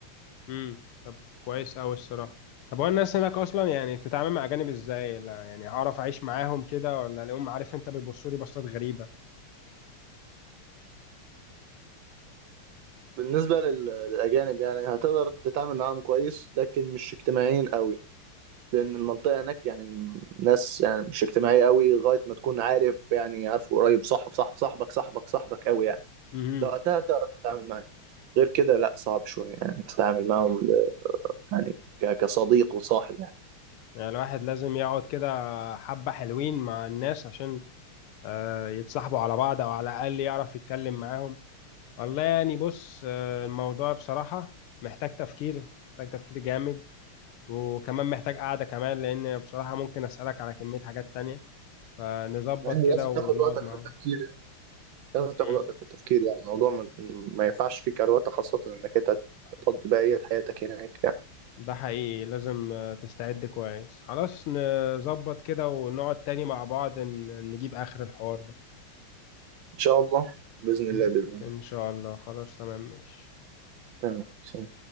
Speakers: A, on the left; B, on the right.
A: امم طب كويس قوي الصراحه طب هو الناس هناك اصلا يعني بتتعامل مع اجانب ازاي لا يعني هعرف اعيش معاهم كده ولا اليوم عارف انت بيبصوا لي بصات غريبه
B: بالنسبه لل- للاجانب يعني هتقدر تتعامل معاهم كويس لكن مش اجتماعيين قوي لان المنطقه هناك يعني ناس يعني مش اجتماعيه قوي لغايه ما تكون عارف يعني عارف قريب صاحب صاحب صاحبك صاحبك صاحبك قوي يعني
A: امم
B: لو وقتها تعرف تتعامل معاه غير كده لا صعب شويه يعني تتعامل معاهم يعني ك- كصديق وصاحب يعني
A: يعني الواحد لازم يقعد كده حبه حلوين مع الناس عشان آه، يتصاحبوا على بعض او على الاقل يعرف يتكلم معاهم والله يعني بص آه، الموضوع بصراحه محتاج تفكير محتاج تفكير جامد وكمان محتاج قعده كمان لان بصراحه ممكن اسالك على كميه حاجات تانية فنظبط
B: يعني
A: كده
B: لازم
A: ونقعد
B: تاخد وقتك
A: مع
B: في التفكير يعني. لازم تاخد
A: بعض
B: وقتك في التفكير يعني الموضوع ما, ما ينفعش فيه كروته خاصة انك انت هتقضي بقية حياتك هناك يعني
A: ده حقيقي لازم آه، تستعد كويس خلاص نظبط كده ونقعد تاني مع بعض ن- نجيب آخر الحوار ده
B: ان شاء الله بإذن
A: م.
B: الله بإذن الله
A: إن شاء الله خلاص تمام ماشي
B: تمام سلام.